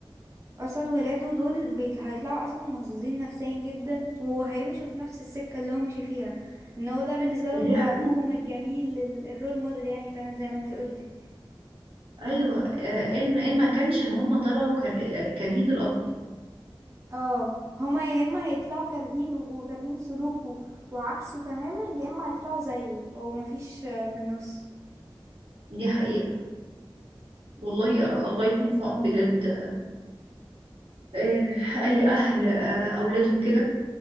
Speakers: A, on the right (about 30°); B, on the right (about 80°).
A: اصلا ولاده دول بيطل... هيطلعوا اصلا مهزوزين نفسيا جدا وهيمشوا في نفس السكه اللي هو مشي فيها ان هو ده بالنسبه لهم
B: دي
A: ده
B: حقيقة
A: ابوهم الجميل ال- الرول موديل يعني فعلا زي ما انت قلتي
B: أيوة آه، إن إن ما كانش إن هما طلعوا كار- آه، كارهين الأب
A: اه هما يا اما هيطلعوا كارهين وكارهين سلوكه وعكسه تماما يا اما هيطلعوا زيه او مفيش آه، في النص
B: دي حقيقة والله آه، الله يكون في عون بجد آه، أي أهل آه، أولادهم كده